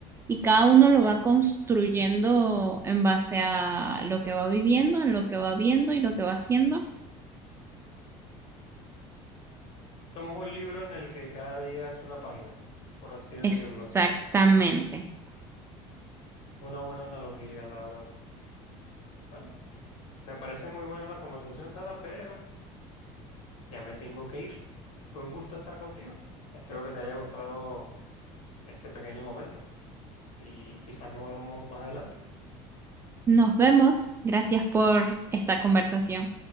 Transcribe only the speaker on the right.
y cada uno lo va construyendo en base a lo que va viviendo, en lo que va viendo y lo que va haciendo.
Exactamente.
Nos vemos. Gracias por esta conversación.